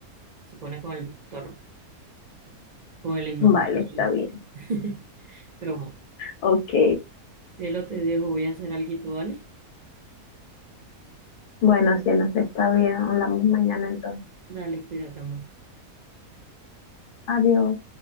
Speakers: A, on the right; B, on the left.
A: se pone con el doctor, con el innombrable.
B: Vale, está bien.
A: <laughs> Pero bueno,
B: Ok.
A: si lo te dejo, voy a hacer alguito, ¿vale?
B: Bueno, cielos, está bien. Hablamos mañana entonces.
A: Dale, cuídate, amor.
B: Adiós.